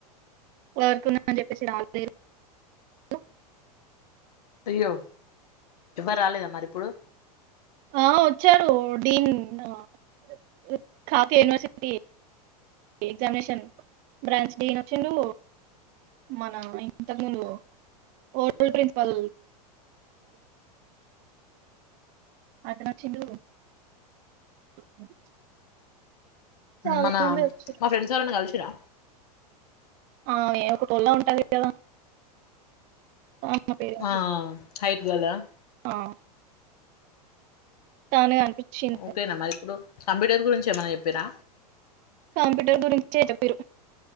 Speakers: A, on the right; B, on the left.
A: వర్క్ అని చెప్పేసి రాలేదు అ
B: అయ్యో ఎవరు రాలేదా మరి ఇప్పుడు
A: ఆ వచ్చారు <unintelligible> యూనివర్సిటీ ఎగ్జామినేషన్ బ్రాంచ్ <unintelligible> వచ్చిడు మన ఇంతకు ముందు ఓ ప్రిన్సిపల్ <unintelligible> చాలా
B: మన
A: మంది వచ్చారు
B: మా ఫ్రెండ్స్ ఎరన్నా కలిసిరా
A: ఆ ఏ <unintelligible> ఉంటది కదా ఆమె పేరు
B: ఆ హైట్ గర్ల్ ఆ
A: ఆ తనే కనిపించింది
B: ఓకేనా మరి ఇప్పుడు కంప్యూటర్ గురించి ఏమైన్నా చెప్పిరా
A: కంప్యూటర్ గురించ చెప్పరు